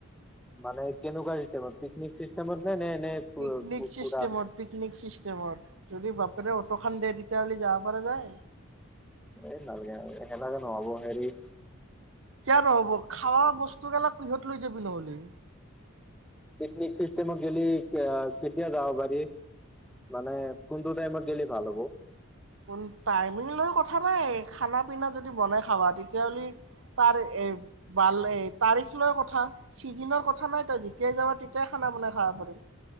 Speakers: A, in the centre; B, on the right.
A: মানে কেনেকুৱা চিষ্টেমৰ পিকনিক চিষ্টেমত? নে নে নে
B: পিকনিক চিষ্টেমত
A: পুৰা
B: পিকনিক চিষ্টেমত যদি বাপৰে দে তেতিয়াহলে যাব পৰা যায়।
A: এই নালাগে আৰু দে। তেনেকে নহ'ব হেৰি
B: কিয় নহব খাৱা বস্তুবিলাক কিহত লৈ যাবি নহ'লে
A: পিকনিক চিষ্টেম গেলি কেতিয়া জাব পাৰি মানে কোনটো টাইমত গেলি ভাল হ'ব
B: কোন টাইমিং লৈ কথা নাই খানা পিনা যদি বনাই খাবা তেতিয়াাহ'লে তাৰ এ ভাল তাৰিখ লৈ কথা চিজনৰ কথা নাই তই যেতিয়াই যাবা তেতিয়াই খানা বনাই খাবা পাৰিম